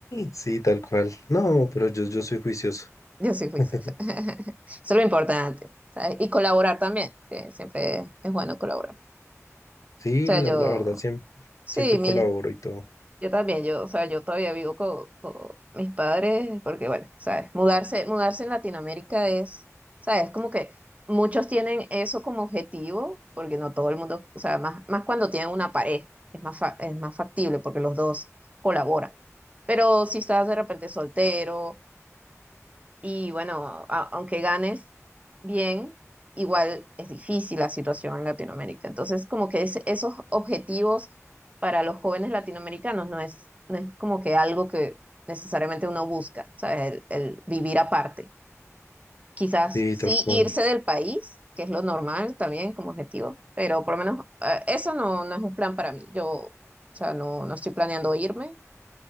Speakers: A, on the left; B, on the right.
A: Sí, tal cual. No, pero yo, yo soy juicioso.
B: Yo soy juiciosa.
A: <laughs>
B: <laughs> Eso es lo importante, ¿sabes? Y colaborar también, que siempre es bueno colaborar. O
A: Sí,
B: sea,
A: la,
B: yo,
A: la verdad, siempre,
B: sí,
A: siempre
B: mi,
A: colaboro y todo.
B: yo también, yo, o sea, yo todavía vivo con, con mis padres, porque bueno, ¿sabes? Mudarse, mudarse en Latinoamérica es, ¿sabes? Como que muchos tienen eso como objetivo, porque no todo el mundo, o sea, más, más cuando tienen una pareja, es más, fa- es más factible porque los dos colaboran. Pero si estás de repente soltero, Y bueno, a- aunque ganes bien, igual es difícil la situación en Latinoamérica. Entonces, como que es- esos objetivos para los jóvenes latinoamericanos no es, no es como que algo que necesariamente uno busca, ¿sabes? El, el vivir aparte. Quizás
A: Sí,
B: sí
A: tal cual.
B: irse del país, que es lo normal también como objetivo, pero por lo menos eh, eso no, no es un plan para mí. Yo, o sea, no, no estoy planeando irme.